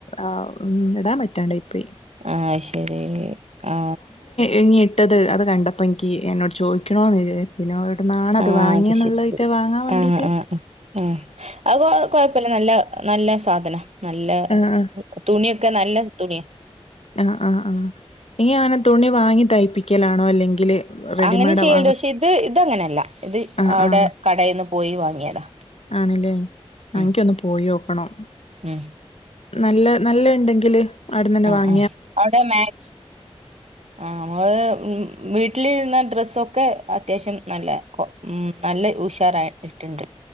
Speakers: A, on the left; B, on the right.
A: ആഹാ ഉം ഇടാൻ പറ്റാണ്ടായി പോയി
B: ആ ശരി ആ
A: എങ്ങി ഇട്ടത് അത് കണ്ടപ്പോ എനിക്ക് എന്നോട് ചോദിക്കണന്ന്ച്ചനോവിടന്നാാണ് അത്
B: ആഹ്
A: വാങ്ങിയ എന്നുള്ളതിറ്റ്
B: ശരി ശരി
A: വാങ്ങാൻ വേണ്ടിട്ട്
B: ആഹ് ആഹ് ആഹ് ആഹ് അത് കൊഴപ്പില്ല നല്ല നല്ല സാധന നല്ല
A: ആഹ് ആഹ്
B: തുണിയൊക്കെ നല്ല തുണിയ
A: ആ ആഹ് ആ ഇനി ആങ്ങനെ തുണി വാങ്ങി തയ്പ്പിക്കലാണോ അല്ലെങ്കില് റെഡിമെയ്ഡാ
B: അങ്ങനും ചെയ്യണ്ടോ
A: വാങ്ങ
B: പക്ഷെ ഇത് ഇതങ്ങനെയല്ല ഇത്
A: ആഹ്
B: അവിടെ
A: ആഹ്
B: കടയിൽന്ന് പോയി വാങ്ങിയതാ
A: ആണല്ലേ
B: ഉം
A: എനിക്ക് ഒന്ന് പോയി നോക്കണം
B: ഉം
A: നല്ല നല്ല ഉണ്ടെങ്കില് അവിടെ തന്നെ വാങ്ങ
B: ആ അവിടെ മാക്സ് ആ നമ്മള് വീട്ടിലിടുന്ന ഡ്രസ്സൊക്കെ അത്യാവശ്യം നല്ല ഉം നല്ല ഉശാറായി ഇട്ടുണ്ട്